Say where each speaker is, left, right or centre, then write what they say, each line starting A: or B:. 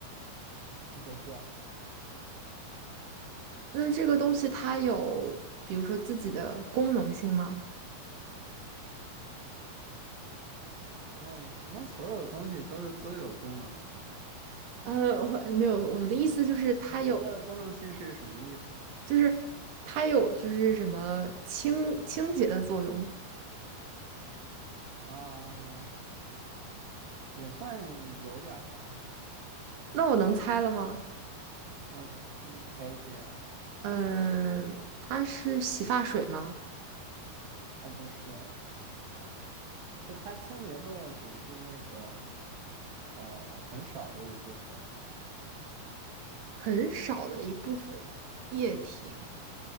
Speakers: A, on the right; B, on the right.
A: 不是啊，
B: 那这个东西它有，
A: 嗯，
B: 比如说自己的功能性吗？
A: 那那所有东西都都有功能性啊。
B: 呃，我没有，我的意思就是它有，
A: 你说的功能性是什么意思？
B: 就是它有，就是什么清清洁的作用吗？
A: 啊、也算有点儿吧。
B: 那我能猜了吗？
A: 啊，可嗯可以啊，
B: 嗯，它是洗发水吗？
A: 啊不是，就它清洁作用只是那个呃很少的一部分。
B: 很少的一部分液体。
A: 嗯